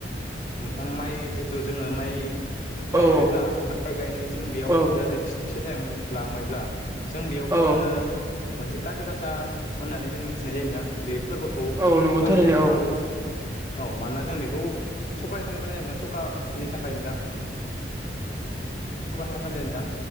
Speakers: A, on the left; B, on the right.
A: नोंथां माइ जिथु जोङो माइ गायबायब्ला
B: औ
A: माइ गायनाय जों बेयाव
B: औ
A: जाहाथे फि फिथाइ थाइयांलांबायब्ला जों बेयावथ'
B: औ
A: जोङो मोनसे काति गासा होन होननानै जों मिथिनाय जायो नोंथां बे फोरबोखौ
B: औ नंगौ
A: फालि
B: थारैनो
A: जायो नोंथां
B: औ
A: औ मानोना जों बेखौ सकानि थाखाय फालिनाय जायो ना सकानि थाखाय दां सखानि थाखाय फालिनाय नोथां